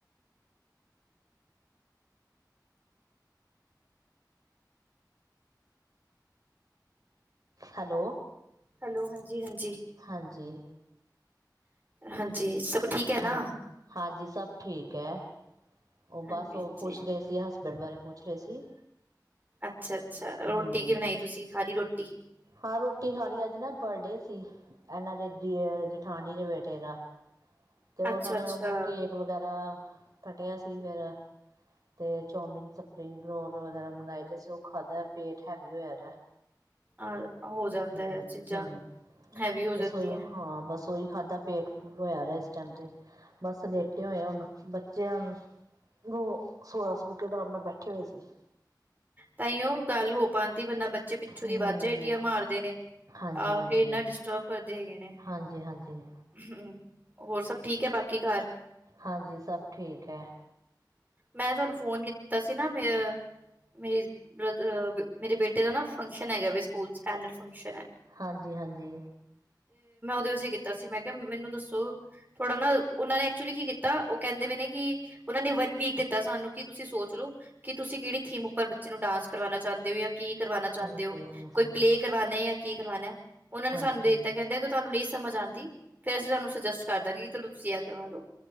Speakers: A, on the right (about 55°); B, on the right (about 25°).
A: ਹੈਲੋ-
B: ਹੈਲੋ ਹਾਂਜੀ -ਹਾਂਜੀ
A: ਹਾਂਜੀ
B: ਹਾਂਜੀ ਸਭ ਠੀਕ ਹੈ। ਨਾ-
A: ਹਾਂਜੀ ਹਾਂਜੀ ਸਭ ਠੀਕ ਹੈ। ਉਹ ਬਸ
B: ਹਾਂਜੀ
A: ਉਹ
B: ਹਾਂਜੀ
A: ਪੁੱਛ ਰਹੇ ਸੀ ਹਸਬੈਂਡ ਬਾਰੇ ਪੁੱਛ ਰਹੇ ਸੀ
B: ਅੱਛਾ ਅੱਛਾ
A: ਹਮ
B: ਰੋਟੀ ਕੀ ਬਣਾਈ ਤੁਸੀ ਖਾਲੀ ਰੋਟੀ <unintelligible>
A: ਹਾਂ ਰੋਟੀ ਖਾਲੀ ਅੱਜ ਨਾ ਬਰਡੇ ਸੀ ਇਹਨਾਂ ਦੇ ਦੀ ਜਠਾਨੀ ਦੇ ਬੇਟੇ ਦਾ, ਤੇ ਉਹਨਾਂ
B: ਅੱਛਾ ਅੱਛਾ
A: ਨੇ ਉਹ ਕੇਕ ਵਗੈਰਾ ਕਟਿਆ ਸੀ ਫਿਰ ਤੇ ਚੌਮਿਨ ਸਪਰਿੰਗ ਰੋਲ ਵਗੈਰਾ ਮੰਗਾਏ ਸੀ ਉਹ ਖਾਧ ਪੇਟ ਹੈਵੀ ਹੋਇਆ।
B: ਆ ਹੋ ਜਾਂਦਾ
A: ਹੂੰ
B: ਹੈ ਚੀਜ਼ਾਂ
A: ਹੂੰ
B: ਹੈਵੀ ਹੋ ਜਾਂਦੀਆਂ।
A: ਬਸ ਉਹੀ ਹਾਂ ਬਸ ਉਹੀ ਖਾਧਾ ਪੇਟ ਫੁੱਲ ਹੋਇਆ ਰਿਹਾ। ਚਮਚੇ ਬਸ ਲੇਟੇ ਹੋਏ ਹੁਣ ਬੱਚਿਆਂ ਨੂੰ ਸੁਵਾ ਸਵੂ ਕੇ ਅਰਾਮ ਨਾਲ ਬੈਠੇ ਹੋਏ ਸੀ।
B: ਤਾਂ ਹੀ ਉਹ ਗੱਲ ਹੋ ਪਾਨ ਵੰਨਾ ਬੱਚੇ ਪਿੱਛੋਂ
A: ਹੂੰ
B: ਦੀ ਵਾਜਾਂ ਈ ਏਡੀਆਂ ਮਾਰਦੇ ਨੇ
A: ਹਾਂਜੀ
B: ਆ
A: ਹਾਂਜੀ
B: ਕੇ ਇੰਨਾ ਡਿਸਟਰਬ ਕਰਦੇ ਹੈਗੇ ਨੇ
A: ਹਾਂਜੀ ਹਾਂਜੀ
B: ਹੂੰ, ਹੋਰ ਸਭ ਠੀਕ ਹੈ ਬਾਕੀ ਘਰ
A: ਹਾਂਜੀ ਸਭ ਠੀਕ ਹੈ।
B: ਮੈਂ ਤੁਹਾਨੂੰ ਫੋਨ ਕੀਤਾ ਸੀ। ਨਾ ਮੇ ਮੇਰੀ ਬ ਮੇਰੇ ਬੇਟੇ ਦਾ ਨਾ ਫੰਕਸ਼ਨ ਹੈਗਾ ਸਕੂਲ ਚ ਐਨਲ ਫੰਕਸ਼ਨ ਹੈ।
A: ਹਾਂਜੀ ਹਾਂਜੀ,
B: ਵਸ ਕੀਤਾ ਸੀ ਮੈਂ ਕਿਹਾ ਮੈਨੂੰ ਦੱਸੋ ਥੋੜਾ ਨਾ ਉਹਨਾਂ ਨੇ ਐਕਚੁਲੀ ਕੀ ਕੀਤਾ ਉਹ ਕਹਿੰਦੇ ਪਏ ਨੇ ਕਿ ਉਹਨਾਂ ਨੇ ਵਨ ਵੀਕ ਦਿੱਤਾ ਸਾਨੂੰ ਕਿ ਤੁਸੀਂ ਸੋਚ ਲਓ ਕਿ ਤੁਸੀਂ ਕਿਹੜੀ ਥੀਮ ਉੱਪਰ ਬੱਚੇ ਨੂੰ ਡਾਂਸ ਕਰਵਾਣਾ ਚਾਹੁੰਦੇ ਹੋ ਜਾਂ ਕੀ ਕਰਵਾਣਾ ਚਾਹੁੰਦੇ
A: ਹਾਂਜੀ
B: ਹੋ
A: ਹਾਂਜੀ
B: ਕੋਈ ਪਲੇਅ ਕਰਵਾਣੇ ਜਾਂ- ਕੀ ਕਰਵਾਣਾ, ਉਹਨਾਂ ਨੇ
A: ਹਾਂਜੀ
B: ਸਾਨੂੰ ਦੇ ਦਿੱਤਾ ਕਹਿੰਦੇ ਕਿ ਤੁਹਾਨੂੰ ਨਹੀਂ ਸਮਝ ਆਦੀ ਫੇਰ ਅਸੀਂ ਤੁਹਾਨੂੰ ਸੁਜੈਸਟ ਕਰ ਦਾਂਗੇ ਕਿ ਚਲੋ ਤੁਸੀਂ ਇਹ ਕਰਵਾ ਲੋ